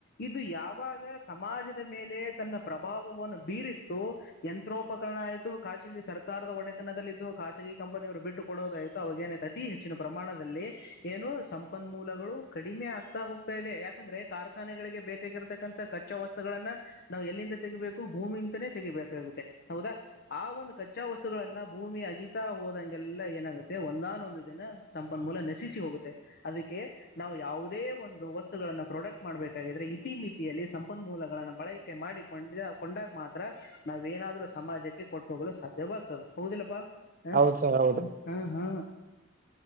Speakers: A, on the left; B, on the right.
A: ಇದು ಯಾವಾಗ ಸಮಾಜದ ಮೇಲೆ ತನ್ನ ಪ್ರಭಾವವನ್ನು ಬೀರಿತ್ತು ಯಂತ್ರೋಪಕರಣ ಆಯ್ತು ಖಾಸಗಿ ಸರ್ಕಾರದ ಒಡೆತನದಲ್ಲಿದ್ದು ಖಾಸಗಿ ಕಂಪನಿಯವರು ಬಿಟ್ಟು ಕೊಡೋದಾಯ್ತು ಅವಾಗೇನ ಅತಿ ಹೆಚ್ಚಿನ ಪ್ರಮಾಣದಲ್ಲಿ ಏನು ಸಂಪನ್ಮೂಲಗಳು ಕಡಿಮೆ ಆಗ್ತಾ ಹೋಗ್ತಾ ಇದೆ ಯಾಕಂದ್ರೆ ಕಾರ್ಖಾನೆಗಳಿಗೆ ಬೇಕಾಗಿರತಕ್ಕಂತಥ ಕಚ್ಚಾ ವಸ್ತುಗಳನ್ನ ನಾವು ಎಲ್ಲಿಂದ ತೆಗಿಬೇಕು ಭೂಮಿಂತನೇ ತೆಗಿಬೇಕಾಗತ್ತು ಹೌದಾ ಆ ಒಂದು ಕಚ್ಚಾ ವಸ್ತುಗಳನ್ನ ಭೂಮಿ ಅಗಿತಾ ಹೋದಂಗೆಲ್ಲ ಏನಾಗುತ್ತೆ ಒಂದಾನೊಂದು ದಿನ ಸಂಪನ್ಮೂಲ ನಶಿಸಿ ಹೋಗುತ್ತೆ ಅದಕ್ಕೆ ನಾವು ಯಾವವುದೇ ಒಂದು ವಸ್ತುಗಳನ್ನ ಪ್ರೊಡಕ್ಟ್ ಮಾಡ್ಬೇಕಾಗಿದ್ರೆ ಇತಿಮಿತಿಯಲ್ಲಿ ಸಂಪನ್ಮೂಲಗಳನ್ನ ಬಳಕೆ ಮಾಡಿಕೊಂಡಿದ ಕೊಂಡಾಗ ಮಾತ್ರ ನಾವೇಏನಾದ್ರೂ ಸಮಾಜಕ್ಕೆ ಕೊಟ್ಟು ಹೋಗಲು ಸಾಧ್ಯವಾಗ್ತದೆ ಹೌದಿಲ್ಲಪ್ಪಾ ಹ
B: ಹೌದ್ ಸರ್ ಹೌದು
A: ಹಾ ಹಾ